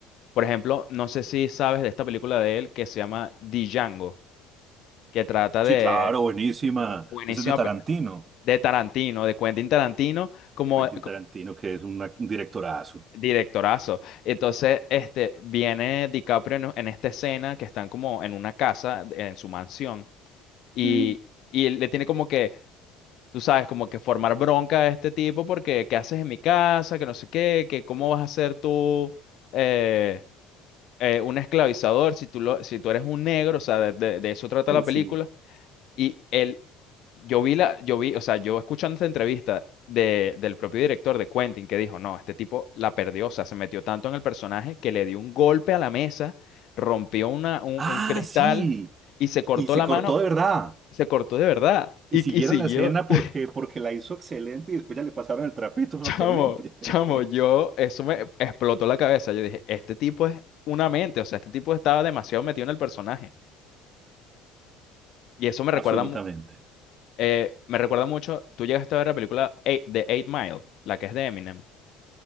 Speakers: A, on the left (about 55°); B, on the right (about 35°).
A: Por ejemplo, no sé si sabes de esta película de él que se llama Django, que trata
B: sí,
A: de...
B: claro, buenísima.
A: Buenísima,
B: Ese es de Tarantino,
A: pe- de Tarantino, de Quentin Tarantino, como,
B: Quentin Tarantino, que es una- un directorazo.
A: Directorazo. Entonces, este, viene DiCaprio en, en esta escena que están como en una casa, en su mansión, y,
B: Sí,
A: y él le tiene como que, tú sabes, como que formar bronca a este tipo porque, ¿qué haces en mi casa? Que no sé qué, que cómo vas a ser tú eh, eh, un esclavizador si tú, lo, si tú eres un negro, o sea, de, de- de eso trata la película.
B: sí.
A: Y él yo vi la, yo vi, o sea, yo escuchando esta entrevista de, del propio director de Quentin que dijo, no, este tipo la perdió, o sea, se metió tanto en el personaje que le dio un golpe a la mesa, rompió una, un,
B: Ah,
A: un cristal
B: sí.
A: y se cortó
B: Y se
A: la
B: cortó
A: mano,
B: de verdad.
A: se cortó de verdad
B: Y
A: y,
B: siguieron
A: y siguió.
B: la escena porque,
A: <laughs>
B: porque la hizo excelente y después ya le pasaron el trapito para
A: Chamo,
B: que limpie. <laughs>
A: chamo, yo, eso me explotó la cabeza. Yo dije, este tipo es una mente, o sea, este tipo estaba demasiado metido en el personaje. Y eso me recuerda,
B: Absolutamente.
A: mu- eh, me recuerda mucho, tú llegaste a ver la película Eight- de Eight Mile, la que es de Eminem.